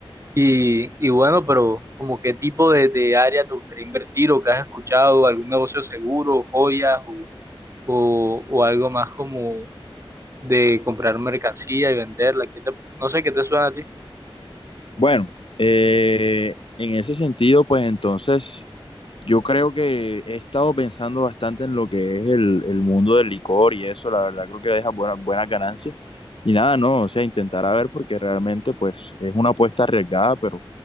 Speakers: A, on the right; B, on the left.
A: Y, y bueno, pero como qué tipo de, de área te gustaría invertir o que has escuchado, algún negocio seguro, joyas o, o, o algo más como de comprar mercancía y venderla. que te- no sé qué te suena a ti.
B: Bueno, eh, en ese sentido, pues entonces... Yo creo que he estado pensando bastante en lo que es el, el mundo del licor y eso, la verdad creo que deja buenas buenas ganancias. Y nada, no, o sea, intentar a ver porque realmente pues es una apuesta arriesgada, pero,